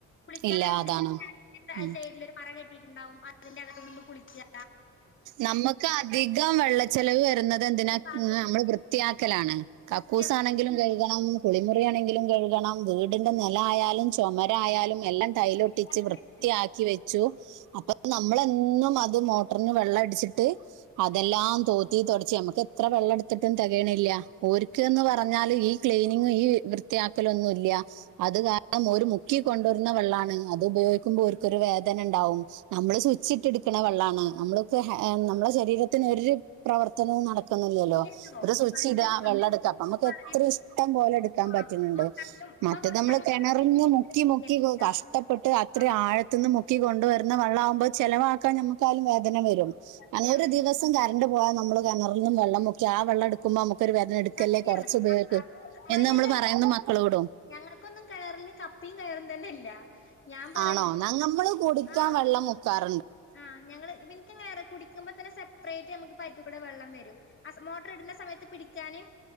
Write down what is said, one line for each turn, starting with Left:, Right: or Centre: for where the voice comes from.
Left: കുളിക്കാനാണെങ്കിലും
Right: ഇല്ല അതാണ് ഉം
Left: സൈഡിൽ ഒരു മറ കെട്ടിയിട്ടുണ്ടാവും അതിന്റെകത്ത് നിന്ന്കൊണ്ട് കുളിക്കാ
Right: നമ്മുക്ക് അധികം വെള്ളച്ചെലവ് വരുന്നത് എന്തിനാ
Left: ഈ ബാത്റൂമിൽ
Right: നമ്മള് വൃത്തിയാക്കലാണ് കക്കൂസാണെങ്കിലും
Left: സത്യം
Right: കഴുകണം കുളിമുറി ആണെങ്കിലും കഴുകണം വീടിന്റെ നില ആയാലും ചുമരായാലും എല്ലാം ടൈലൊട്ടിച്ച്
Left: വീട്ടിൽ തന്നെ
Right: വൃത്തിയാക്കി വെച്ചു അപ്പൊ നമ്മള് എന്നും അത് മൊ ട്ടർന്നുവെള്ളം അടിച്ചിട്ട് അതെല്ലാം തോത്തി തൊടച്ച് നമുക്ക് എത്ര വെള്ളം എടുത്തിട്ടും തെകയണില്ല ഓര്ക്ക്ന്ന് പറഞ്ഞാല് ഈ ക്ലീനിംഗും ഈ വൃത്തിയാക്കലൊന്നുംല്ല അത് കാരണം ഓരു മുക്കി കൊണ്ടുവരുന്ന വെള്ളാണ് അത് ഉപയോഗിക്കുമ്പോൾ ഓർക്കൊരു വേദന ഇണ്ടാവും നമ്മള് സുച്ചിട്ടെടുക്കണ വെള്ളാണ് നമ്മളൊക്കൊ ഹെ നമ്മളുടെ ശരീരത്തിന് ഒരു പ്രവർത്തനവും നടക്ക് ക്കുന്നില്ലല്ലോ
Left: ഇല്ലല്ലോ
Right: ഒരു സ്വിച്ച്
Left: പണ്ട്ന്ന്
Right: ഇടാ വെള്ളം എടുക്കാ അപ്പൊ നമുക്ക്
Left: പറഞ്ഞ
Right: എത്ര ഇഷ്ടം പോലെ എടുക്കാൻ
Left: ആ,
Right: പറ്റണുണ്ട്
Left: ഉമ്മ കണ്ടും ഉമ്മ
Right: മറ്റത്
Left: കുറച്ച്
Right: നമ്മള്
Left: അങ്ങോട്ട്
Right: കെണറിന്ന്
Left: തരുന്നു
Right: മുക്കി മുക്കി
Left: കേട്ടോ
Right: കഷ്ടപ്പെട്ട് അത്ര
Left: ആ
Right: ആഴത്തുന്ന് മുക്കി ണ്ട് മുക്കി കൊണ്ടുവരുന്ന വെളളാകുമ്പം ചെലവാക്കാൻ ഞമുക്കായാലും വേദന വരും
Left: സത്യാണ്
Right: അതോണ്ട് ഒരു ദിവസം കര കറണ്ട് പോയാ നമ്മള് കെണറ്ന്ന് വെള്ളം മുക്കി ആ വെള്ളം എടുക്കുമ്പോ നമക്ക് ഒരു വേദന എടുക്കല്ലേ
Left: സത്യാണ്
Right: കുറച്ച് ഉപയോഗിക്ക്
Left: അ- അത് നമ്മളതിനെല്ലാം
Right: എന്ന് നമ്മള് പറയുന്നു
Left: ര-
Right: മക്കളോടും
Left: ഞങ്ങൾക്കൊന്നും കിണറിൽ കപ്പിം കയറും തന്നെ ഇല്ല ഞാൻ പറയും
Right: ആണോ ഞ നമ്മള് കുടിക്കാൻ
Left: ആ
Right: വെള്ളം മുക്കാറു
Left: ആ ഞങ്ങള് ഇവനിക്ക് എങ്ങനെയാറിയോ കുടി ക്കുമ്പത്തന്നെ സെപ്പറേറ്റ് നമുക്ക് പൈപ്പിൽ കൂടെ വെള്ളം വരും ആ സ് മോട്ടർ ഇടുന്ന സമയത്ത് പിടിക്കാന്